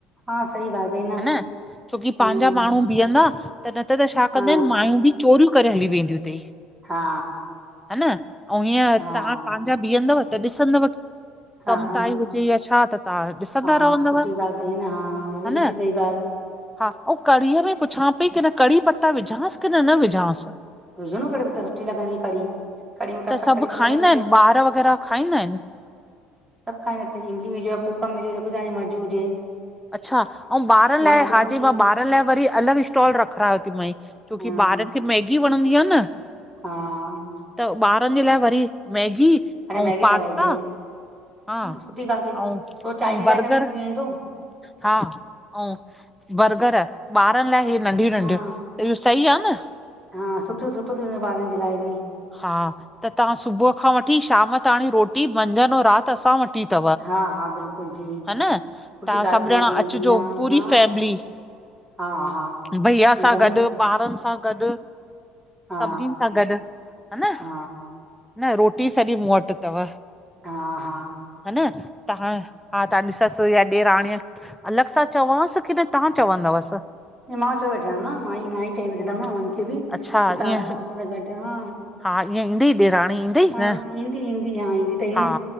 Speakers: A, on the right; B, in the centre.
A: हा सही ॻाल्हि अथई
B: ह न छोकी --
A: हम्म
B: पंहिंजा माण्हू बीहंदा त न त त छा
A: हा
B: कंदा आहिन माययूं बि चोरियूं करे हली वेंदियूं अथई।
A: हा
B: ह न ऐं हीअं
A: हा
B: तव्हां पंहिंजा बीहंदव त ॾिसंदव।
A: हा
B: कम ताईं हुजे या छा त तव्हां ॾिसंदा
A: हा
B: रहंदव
A: सुठी
B: हा
A: ॻाल्हि अथई न उहा बि
B: न?
A: सुठी अथई ॻाल्हि
B: हा ऐं कढ़ीअ में पुछां पई की न कढ़ी पत्ता विझांस की न न विझांस?
A: विझो न कढी त सुठी लंदी कड़ी कढ़ी क
B: त
A: कढी
B: सभु खाईंदा
A: पत न
B: ॿार
A: --
B: वग़ैरह खाईंदा आहिन?
A: सभु खाईंदाासीं इमली विझो कुकम विझो जेको तव्हांजी मर्ज़ी हुजे।
B: अच्छा ऐं ॿार लाइ
A: माण्हू कूकम
B: हाजी
A: थो
B: मां
A: विझे
B: ॿार लाइ वरी अलॻ स्टॉल रखारायोथ मांई। छोकी
A: हा
B: ॿारन खे मैगी वणंदी आहे न।
A: हा --
B: त ॿारन जे लाइ वरी मैगी।
A: अरे
B: ऐं
A: मैगी
B: पास्ता
A: ठाराई अथई
B: हा
A: सुठी ॻाल्हि अथई
B: ऐं
A: थोरो चाइनीज़
B: ऐं बर्गर।
A: आइटम बि थी वेंदो
B: हा ऐं बर्गर। ॿारन लाइ इहे नंढियूं नंढियूं
A: हा
B: त इहो सही आ न।
A: हा सुठो सुठो थी हूं ॿारन जे लाइ बि।
B: हा त तव्हां सुबुह खां वठी शाम ताणी रोटी मंझंद ऐं रात असां वट। अथ
A: हा हा बिल्कुलु जी
B: ह न
A: सुठी
B: तव्हां
A: ॻाल्हि
B: सभु
A: थी वेंदी
B: ॼणा
A: मुंहिंजी
B: अचिजो
A: बि हा
B: पूरी
A: हा
B: फैमिली।
A: हा हा
B: भईया
A: ईंदमि
B: सां गॾु।
A: न
B: ॿारन सां गॾु
A: हा
B: सभिनीन सां गॾु ह न।
A: हा
B: न रोटी सॼी मूं वट अथव।
A: हा हा
B: ह न तव्हां हा तव्हांजी ससु या ॾेराणीअ, अलॻि सां चवांस कीन तव्हां चवंदस?
A: मां चयो वठंदम न माई माई चई वठंदम न हुनन खे बि की
B: अच्छा
A: तव्हां
B: ईअं
A: अचो असां सां गॾु हा।
B: हा ईअं ईंदई ॾेराणी ईंदई
A: हा
B: न
A: ईहंदी ईहंदी हा ईहंदी तई
B: हा
A: न।